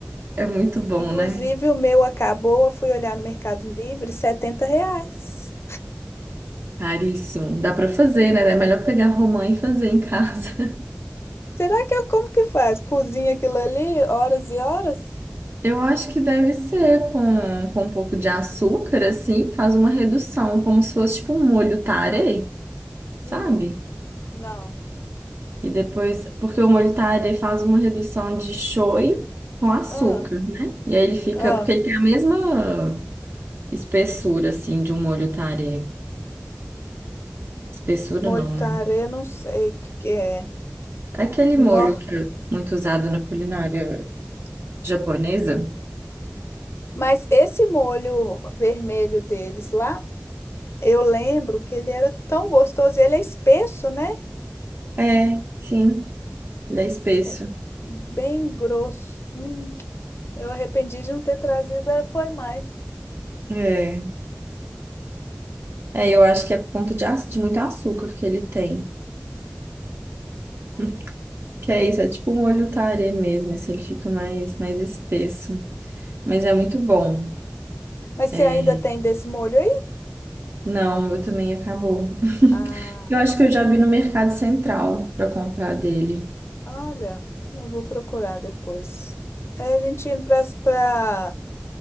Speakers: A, on the right; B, on the left.
A: É muito bom,
B: Inclusive,
A: né?
B: o meu acabou. Eu fui olhar no Mercado Livre, 70 reais.
A: Caríssimo. Dá pra fazer, né? É melhor pegar romã e fazer em casa. <laughs>
B: Será que eu como que faz? Cozinha aquilo ali horas e horas?
A: Eu acho que deve ser com, com um pouco de açúcar, assim, faz uma redução, como se fosse tipo um molho tare, sabe?
B: Hum, não.
A: E depois, porque o molho tare faz uma redução de shoyu com açúcar,
B: Ah,
A: né? E aí ele fica,
B: ah,
A: porque ele tem a mesma espessura, assim, de um molho tare. Espessura
B: molho
A: não,
B: tarê,
A: né?
B: não sei o que que é.
A: É aquele
B: Nó.
A: molho que é muito usado na culinária japonesa.
B: Mas esse molho vermelho deles lá, eu lembro que ele era tão gostoso. e Ele é espesso, né?
A: É, sim. Ele é espesso.
B: É bem grosso. Hum, eu arrependi de não ter trazido, eh, foi mais.
A: É. É, eu acho que é por conta de, aç- de muito açúcar que ele tem. <laughs> Que é isso, é tipo um molho tarê mesmo, esse ele fica mais, mais espesso. Mas é muito bom.
B: Mas
A: É,
B: você ainda tem desse molho aí?
A: Não, o meu também acabou. <laughs>
B: Ah,
A: Eu acho que eu já vi no Mercado Central para comprar dele.
B: olha, eu vou procurar depois. É, a gente indo para para